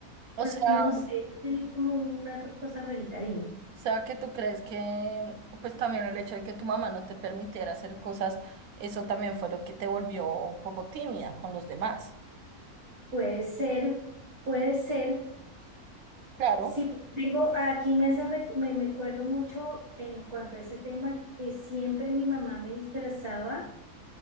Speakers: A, on the right; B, on the right.
A: o
B: bueno,
A: sea,
B: no sé, es como una cosa rarita, dime.
A: O sea, que tú crees que, pues también el hecho de que tu mamá no te permitiera hacer cosas, eso también fue lo que te volvió un poco tímida con los demás.
B: Puede ser, puede ser.
A: Claro,
B: Sí, tengo, aquí me hace, recu- me, me acuerdo mucho en cuanto a ese tema que siempre mi mamá me disfrazaba